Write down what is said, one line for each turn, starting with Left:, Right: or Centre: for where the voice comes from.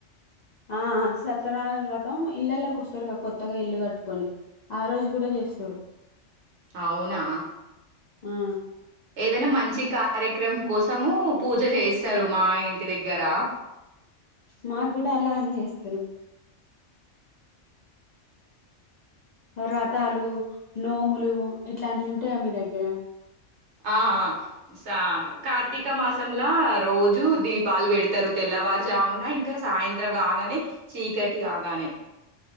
Left: ఆ సత్యనారాయణ వ్రతం ఇళ్లల్లోకి వస్తారుగా కొత్తగా ఇల్లు కట్టు కొని, ఆ రోజు కూడ చేస్తారు.
Right: అవునా
Left: ఆ
Right: ఏదైనా మంచి కార్యక్రమం కోసము పూజ చేస్తారు. మా ఇన్ టి దగ్గర.
Left: మాక్కూడ అలానే చేస్తారు. వ్రతాలు, నోములు, ఇట్లాంటివి ఉంటాయా మీ దగ్గర?
Right: ఆ సా కార్తీక మాసంలా, రోజు దీపాలు పెడతారు. తెల్ల తెలవారు జామున, ఇంకా సాయంత్రం కాగానే, చీకటి కాగానే.